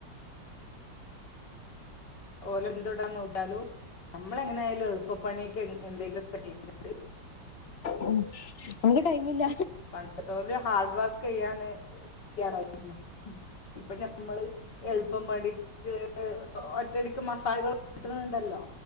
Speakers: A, on the left (about 65°); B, on the left (about 45°).
A: ഓല് ന്ത്‌ ടാൻ നോക്കിയാലും നമ്മളെങ്ങനെആയാലും എളുപ്പണിയൊക്കെ എന്തെങ്കിലുംക്കെ ചെയ്യ്തിട്ട്
B: ഉ നമുക്ക് ടൈമഇില്ല
A: പണ്ടത്തോല് ഹാർഡ് വർക്ക്യ്യാന് തയ്യാറായിരുന്നു ഇപ്പൊഞമ്മള് എളുപ്പംപണിക്ക് തടിക്ക് മസാലകൾകിട്ടുന്നുണ്ടല്ലോ